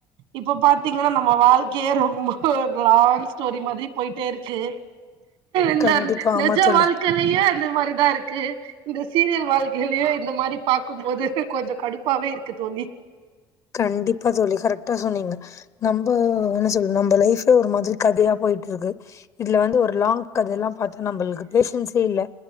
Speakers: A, on the right; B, on the left.
A: இப்போ பாத்தீங்கன்னா நம்ம வாழ்க்கையே ரொம்ப ஒரு லாங் ஸ்டோரி மாதிரி போயிட்டே இருக்கு இந்தா
B: கண்டிப்பா ஆமா
A: நெஜொ
B: தோழி
A: வாழ்க்கலயே அந்த மாரிதா இருக்கு இந்த சீரியல் வாழ்க்கைலையு இந்த மாரி பாக்கம்போது கொஞ்சொ கடுப்பாவே இருக்கு தோழி
B: கண்டிப்பா தோழி கரெக்ட்டா சொன்னீங்க நம்ப என்ன சொல்ல நம்ம லைஃபே ஒரு மாதிரி கதையா போய்ட் ருக்கு இதுல வந்து ஒரு லாங்க் கதல்லா பாத்தா நம்பளுக்கு பேஷன்ஸே இல்ல